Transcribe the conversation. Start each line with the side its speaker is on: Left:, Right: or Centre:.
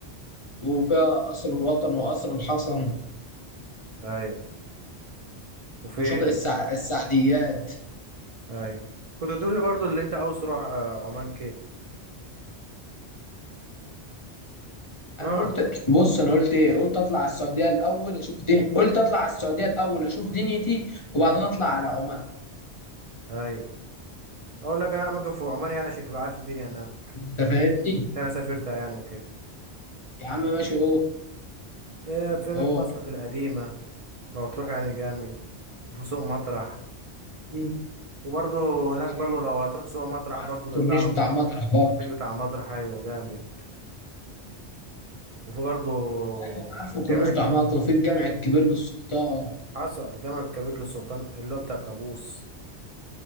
Left: وفيها قصر الوطن وقصر الحسن
Right: ايوه وفي
Left: وشاطئ السع... السعديات
Right: ايوه كنت تقول لي برضو اللي انت عاوز تروح آه، عمان كده
Left: انا
Right: اه
Left: قلت بص انا قلت ايه قلت اطلع على السعوديه الاول اشوف دنيا قلت اطلع على السعوديه الاول اشوف دنيتي وبعدين اطلع على عمان
Right: ايوه اقول لك انا اماكن في عمان يعني عشان تبقى عارف الدنيا انا
Left: انت فاهمني
Right: عشان انا سافرتها يعني وكده
Left: يا عم ماشي اوه
Right: إيه، في هناك
Left: اوه
Right: مسقط القديمه لو هتروح يعني جامد وفي سوق مطرح
Left: مم.
Right: وبرضه هناك برضه
Left: ايوه
Right: لو هتروح سوق مطرح
Left: وعارف
Right: برضه
Left: الكورنيش
Right: جنبها على
Left: بتاع
Right: طول
Left: مطرح برضه
Right: الكورنيش بتاع مطرح ايوه جامد وفي برضه
Left: ايوه انا عارف
Right: الجامع
Left: الكورنيش
Right: الك...
Left: بتاع مطرح وفي الجامع الكبير للسلطان
Right: حصل الجامع الكبير للسلطان اللي هو بتاع قابوس